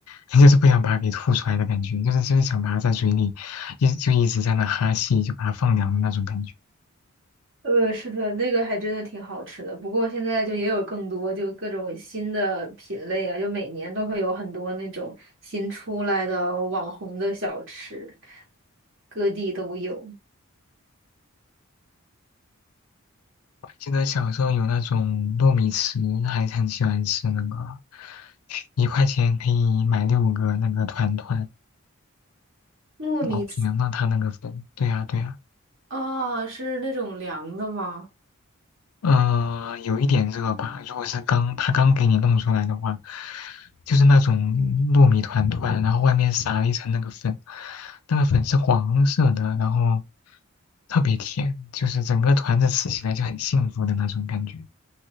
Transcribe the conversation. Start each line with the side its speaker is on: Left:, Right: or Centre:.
Left: <laughs> 就是不想把它给吐出来的感觉，就是就是想把它在嘴里一就一直在那哈气，就把它放凉的那种感觉。
Right: 呃，是的，那个还真的挺好吃的。不过现在就也有更多，就各种新的品类啊，就每年都会有很多那种新出来的网红的小吃，各地都有。
Left: 记得小时候有那种糯米糍，还很喜欢吃那个，一块钱可以买六个那个团团，
Right: 糯米糍，
Left: 老甜了它那个粉，对呀、对呀、
Right: 啊，是那种凉的吗？
Left: 嗯，有一点热吧。如果是刚他刚给你弄出来的话，就是那种糯米团团，然后外面撒了一层那个粉，那个粉是黄色的，然后特别甜，就是整个团子吃起来就很幸福的那种感觉。